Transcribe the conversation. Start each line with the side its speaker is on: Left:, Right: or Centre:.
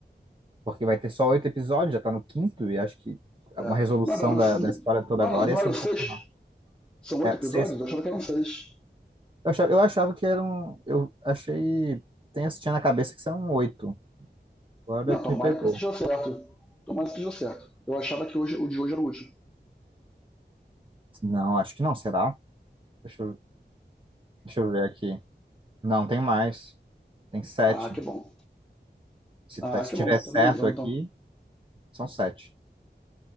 Right: Porque vai ter só oito episódios, já tá no quinto, e acho que
Centre: É.
Right: uma resolução
Centre: Não, era, não,
Right: da, da história toda
Centre: não,
Right: agora
Centre: era, não
Right: ia ser
Centre: era
Right: um
Centre: seis?
Right: pouco rápido.
Centre: São oito
Right: É,
Centre: episódios?
Right: sexto.
Centre: Eu achava que eram seis.
Right: Eu achava, eu achava que eram. Eu achei. Tem, tinha na cabeça que são oito. Agora
Centre: Não,
Right: tu
Centre: tomara
Right: me pegou.
Centre: que esteja certo. Tomara que esteja certo. Eu achava que hoje, o de hoje era o último.
Right: Não, acho que não, será? Deixa eu, deixa eu ver aqui. Não, tem mais. Tem sete.
Centre: Ah, que bom.
Right: Se,
Centre: Ah,
Right: tá- se
Centre: que
Right: tiver
Centre: bom.
Right: certo
Centre: Tá mais um
Right: aqui,
Centre: então.
Right: são sete.